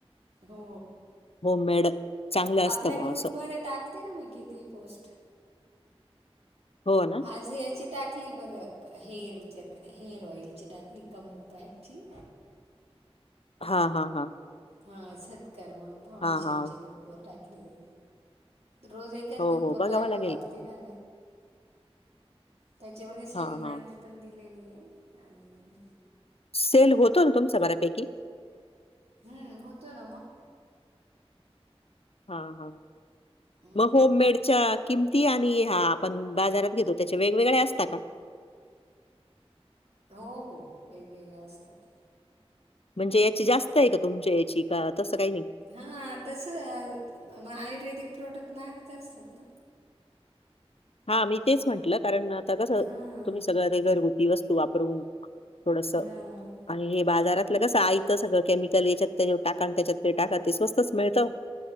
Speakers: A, on the right; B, on the left.
A: हो,,
B: होम मेड चांगलं असतं
A: आपल्या
B: बुवा
A: ग्रुपमध्ये
B: असं.
A: टाकते ना मी कितीही पोस्ट.
B: हो ना?
A: आज ह्याची टाकली बघा, हेअर च्या हेअर ऑइलची टाकली कंबो पॅकची.
B: हा हा हां.
A: हा सत्कर्म फाउंडेशनच्या
B: हां, हां.
A: ग्रुप वर टाकलेली, रोज एकऽ
B: हो,
A: चग्रुपवर
B: हो. बघावं
A: टाकावं
B: लागेल.
A: लागते ना, त्याच्यामधे सगळी
B: हां, हां.
A: माहिती--ऽ पण दिलेली आहे, आणिऽ
B: सेल होतो ना तुमचा बऱ्यापैकी?
A: हम्म, होतोय ना मग.
B: हा हा,
A: हम्म.
B: मग होममेडच्या किंम ती आणि हा आपण बाजारात घेतो, त्याचे वेगवेगळे असता का?
A: हो हो, वेगवेगळ्या असतात.
B: म्हणजे याची जास्त आहे का तुमच्या याची? का तसं काही नाही?
A: हा, तस मग आयुर्वेदिक प्रोडक्ट माहागच असतात ना.
B: हा मी तेच म्हंटलं. कारण आता कसं,
A: हां.
B: तुम्ही सगळ्या ते घरगुती वस्तू वापरून थोडसं
A: हां
B: आणि हे बाजारातलं कसं आयत सगळं, केमिकल हेच्यात ते टाका, त्याच्यात ते टाका, ते स्वस्तच मिळतं.